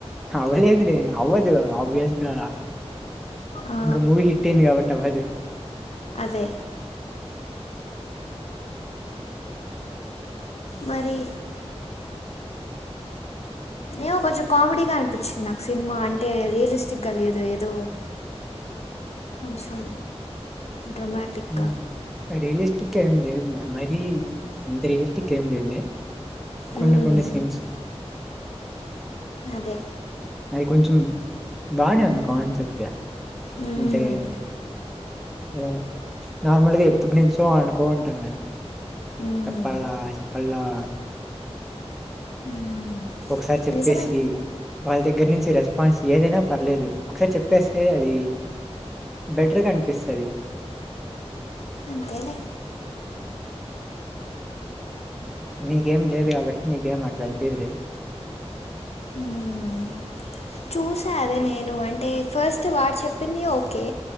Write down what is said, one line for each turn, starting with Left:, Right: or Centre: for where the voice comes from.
Centre: అవ్వలేదు లే అవ్వదు ఆభ్యస్గా
Left: ఆ,
Centre: ఇంకా మూవీ హిట్ అయింది కాబట్ <unintelligible>
Left: అదే మరి ఏమో కొంచెం కామెడీగా అనిపించింది నాకు సినిమా అంటే రియలిస్టిక్గా లేదు ఏదో కొంచెం డ్రమాటిక్గా
Centre: ఉమ్ రియలిస్టిక్ గా ఎమ్ లేదులే మరి ఎంత రియల్టీక్ ఏం లేదులే
Left: మ్మ్,
Centre: కొన్ని కొన్ని సీన్స్
Left: అదే
Centre: అధి కొంచెం బానేంది కాన్సెప్ట్
Left: మ్మ్,
Centre: అంటే లేడు నార్మల్ గా ఎప్పుటి నుంచో అనుకోంటా కదా
Left: మ్మ్,
Centre: చెప్పల్ చెప్పల్ అ
Left: మ్మ్.
Centre: ఒకసారి చెప్పేసి
Left: నిజమే
Centre: వాళ్ళ దగ్గర నుంచి రెస్పాన్స్ ఏదైనా పర్లేదు ఒకసారి చెప్పేస్తే అది బెటర్ గా అనిపిస్తుది
Left: అంతేలే
Centre: నీకేం లేదు కాబట్టి నీకేం అట్లా అనిపియ్యదులే
Left: ఉమ్ చూసాను అదే నేను అంటే ఫస్ట్ వాడు చెప్పింది ఓకే